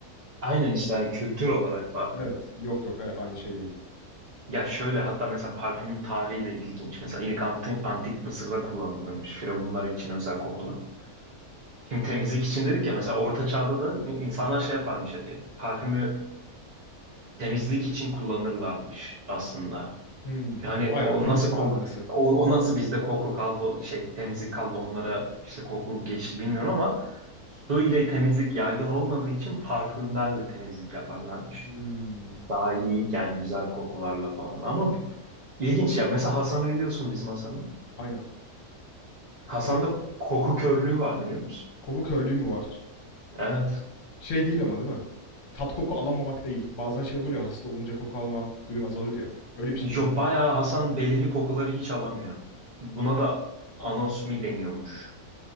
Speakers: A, on the right; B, on the left.
A: Aynen işte hani kültür olarak farklı.
B: Evet. Yok yok evet aynı şey değil.
A: Ya şöyle hatta mesela parfümün tarihi de ilginç. Mesela ilk anti- antik Mısır'da kullanılırmış firavunlar için özel kokular. Şimdi temizlik için dedik ya mesela Orta Çağ'da da insanlar şey yaparmış hani parfümü temizlik için kullanırlarmış aslında.
B: Hmm.
A: Yani
B: Bayağı
A: o
B: temizlik
A: nasıl koku
B: malzemesi.
A: o, o nasıl bizde koku kaldı o şey temizlik kaldı onlara işte koku geçti bilmiyorum ama su ile temizlik yaygın olmadığı için parfümlerle temizlik yaparlarmış.
B: Hmm.
A: Daha
B: Anladım.
A: iyi yani güzel kokularla falan ama bi- ilginç ya mesela Hasan'ı biliyorsun bizim Hasan'ı.
B: Aynen.
A: Hasan'da
B: Kole
A: koku körlüğü var biliyor musun?
B: koku körlüğü mü var?
A: Evet.
B: Şey değil ama değil mi? Tat koku alamamak değil. Bazen şey olur ya hasta olunca koku alma duyun azalır ya. Öyle bir şey
A: Yo,
B: mi?
A: bayağı Hasan belirli kokuları hiç alamıyor. Buna da anosmi deniyormuş.